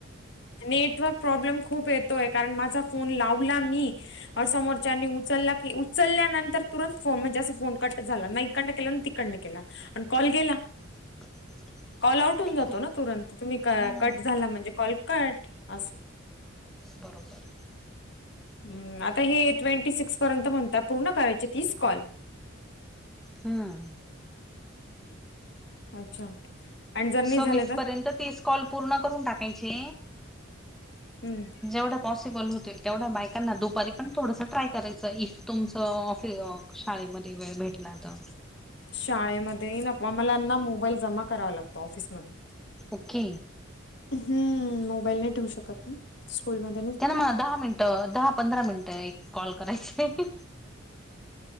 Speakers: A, on the left (about 55°); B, in the centre.
A: नेटवर्क प्रॉब्लेम खूप येतोय कारण माझा फोन लावला मी, अ समोरच्यानी उचलला की उचलल्यानंतर तुरंत फोन म्हणजे असं फोन कट झाला नाही. इकडन केला आणि तिकडन केला आणि कॉल गेला.
B: <unintelligible>
A: कॉल आउट होन
B: ठीक
A: जातो
B: आहे
A: ना तुरंत तुम्ही क
B: हा.
A: कट झाला म्हणजे कॉल कट अस.
B: बरोबर आहे.
A: हम आता हे ट्वेंटी सिक्स पर्यंत म्हणत पूर्ण करायची तीस कॉल.
B: हम्मं,
A: अच्छा. आणि जर नाही
B: सव्वीस
A: झाले तर
B: पर्यंत तीस कॉल पूर्ण करून टाकायचे.
A: हम्म.
B: जेवढं पॉसिबल होतील तेवढ्या बायकांना दुपारी पण थोडस ट्राय करायचं ही तुमचं ऑफ हाय का? शाळेमध्ये वेळ भेटला तर.
A: शाळेमध्ये नफ्वा मला ना मोबाईल जमा करावा लागतो ऑफिसमध्ये.
B: ओके.
A: हम्म मोबाईल नाही ठेवू शकत स्कूल मध्ये,
B: त्यांना मला दहा मिनिटं दहा पंधरा मिनिटं एक कॉल करायचा आहे.